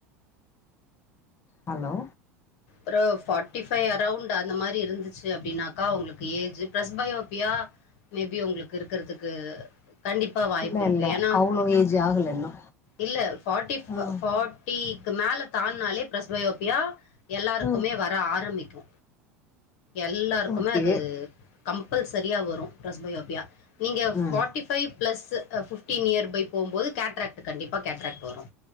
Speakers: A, on the left; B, on the left.
A: ஹலோ
B: ஒரு பார்டி ஃபைவ் அரௌண்ட் அந்த மாரி இருந்துச்சு அப்டின்னாக்கா உங்களுக்கு ஏஜ் ப்ஸ் பயோபியா மேபி உங்களுக்கு இருக்கிறதுக்கு கண்டிப் பா வாய்ப்பு
A: இல்ல
B: இருக்கு
A: இல்ல
B: ஏனா
A: அவ்ளோ ஏஜ் ஆகல இன்னு
B: இல்ல ஃபார்ட்டி
A: ஆ
B: ஃபாட் டிக்கு மேல தான்னாலே பிரஸ் பயோபியா எல்லாருக்குமே
A: ம்
B: வர ஆரம்பிக்கு எல்லாருக்குமே
A: ஓகே
B: அது கம்பல்சரியா வரு பிரஸ்பயோபியா நீங்க forty
A: ம்
B: five plus fifteen year பய் போம்போது கேட்ராக்ட் கண்டிப்பா கேட்ராக்ட் வரு